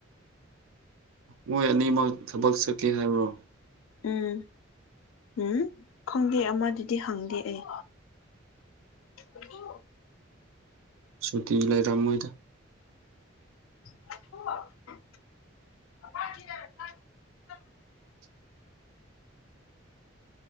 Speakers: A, on the right; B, on the left.
A: ꯃꯣꯏ ꯑꯅꯤꯃꯛ ꯊꯕꯛ ꯆꯠꯀꯦ ꯍꯥꯏꯕ꯭ꯔꯣ
B: ꯎꯝ ꯎꯝ ꯈꯪꯗꯦ ꯑꯃꯗꯨꯗꯤ ꯍꯪꯗꯦ ꯑꯩ ꯑꯗꯨ
A: ꯁꯨꯇꯤ ꯂꯩꯔꯝꯃꯣꯏꯗ
B: <unintelligible>
A: <unintelligible>